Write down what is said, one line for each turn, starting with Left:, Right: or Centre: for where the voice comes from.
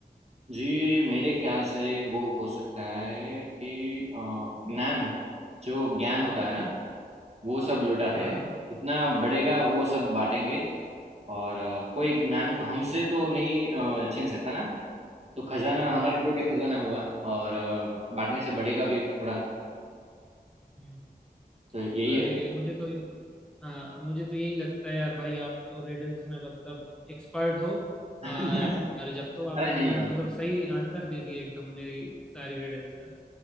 Right: जी मेरे ख्याल से वो हो सकता है कि अ, ज्ञान जो ज्ञान होता है ना वो सब लुटाते
Centre: हाँ
Right: हैं
Centre: हाँ
Right: जितना बढ़ेगा वो सब बांटेंगे और अ, कोई ज्ञान हमसे तो नहीं अ, छीन सकता ना तो खजाना हमारे
Centre: हाँ
Right: लिए भी खजाना हुआ और अ, बांटने से बढ़ेगा भी थोड़ा
Centre: हम्म।
Right: तो यही
Centre: अरे
Right: है
Centre: मुझे तो ये- हाँ मुझे तो यही लगता है यार भाई आप तो रिडल्स में मतलब एक्सपर्ट हो
Right: <laughs>
Centre: आ, यार जब तो आपने
Right: अरे नहीं
Centre: इतना
Right: नहीं
Centre: मतलब सही आंसर दे दिया एकदम मेरी सारी रिडल्स का